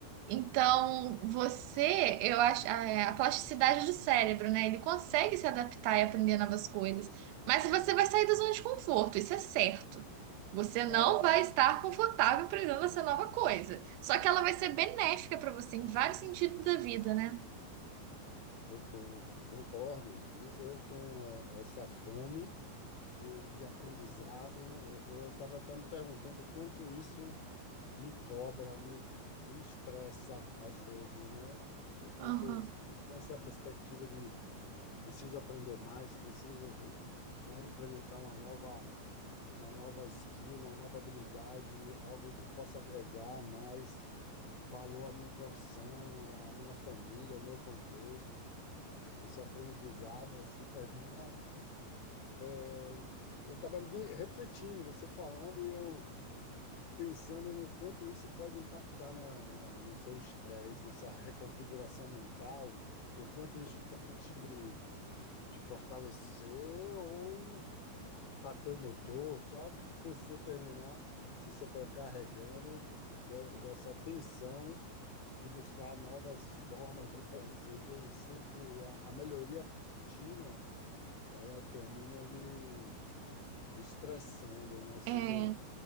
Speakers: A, on the right; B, on the left.
A: Então, você, eu acho, a, é, a plasticidade do cérebro, né, ele consegue se adaptar e aprender novas coisas, mas você vai sair da zona de conforto, isso é certo. Você não
B: É,
A: vai estar confortável aprendendo essa nova coisa. Só que ela vai ser benéfica para você em vários sentidos da vida, né?
B: eu tenho, concordo, e eu tenho é, essa fome de, de aprendizado. Eu estava até me perguntando o quanto isso me cobra, me, me estressa às vezes, né? Eu fico
A: Aham,
B: nessa perspectiva de preciso aprender mais, preciso, né, implementar uma nova uma nova skill, uma nova habilidade, algo que possa agregar mais valor à minha profissão, à minha família, ao meu contexto. Esse aprendizado, assim, termina. é, Eu estava me refletindo, você falando, e eu pensando no quanto isso pode impactar na, na- no seu estresse, nessa reconfiguração mental, o quanto isso pode te, te fortalecer ou bater o motor, sabe? <laughs> Você terminar se sobrecarregando de- dessa tensão de buscar novas formas de fazer. E sempre a, a melhoria contínua, ela termina lhe, lhe estressando, né? Sendo
A: É, é.